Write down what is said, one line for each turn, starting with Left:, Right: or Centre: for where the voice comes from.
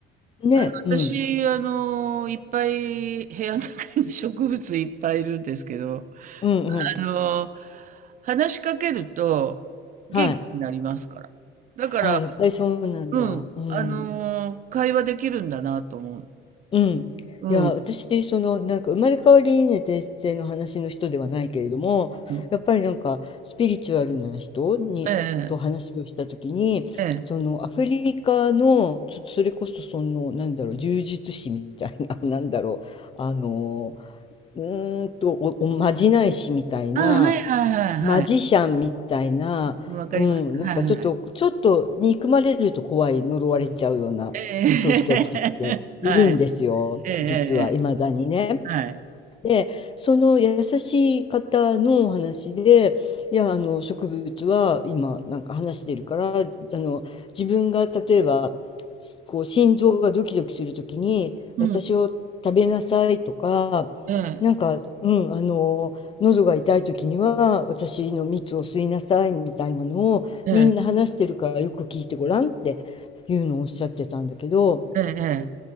Left: ね、
Right: あの、
Left: うん。
Right: 私、あの、いっぱい部屋の中に植物いっぱいいるんですけど、
Left: うんうん。
Right: あの、話しかけると元気になりますから。
Left: はい。
Right: だから、
Left: あやっぱりそうなんだ。
Right: うん、
Left: うん。
Right: あの、会話できるんだなと思う。
Left: うん。
Right: うん。
Left: いや、私、その、なんか、生まれ変わりね、転生の話の人ではないけれども、
Right: うん
Left: やっぱりなんか、スピリチュアルな人に、
Right: ええ、
Left: と話をしたときに、
Right: ええ。
Left: その、アフリカの、ちょっとそれこそ、その、なんだろう、呪術師みたいな、<laughs> なんだろう、あの、うーんと、お、おまじない師みたいな、
Right: あ、はいはいはいはい。
Left: マジシャンみたいな、
Right: うん、わかります。
Left: うん、なんかちょっと、
Right: はいはい。
Left: ちょっと憎まれると怖い、呪われちゃうような、
Right: ええ、<laughs>
Left: そういう人たちっているんですよ、
Right: はい。ええ、
Left: 実は、いまだにね。
Right: ええ、はい。
Left: で、その優しい方のお話で、いや、あの植物は今なんか話してるから、あの自分が例えばこう心臓がドキドキするときに私を食べなさいとか、
Right: うん、ええ、
Left: なんか、うん、あの喉が痛いときには私の蜜を吸いなさいみたいなのをみんな話してるからよく聞いてごらんっていうのをおっしゃってたんだけど、
Right: ええ、ええ、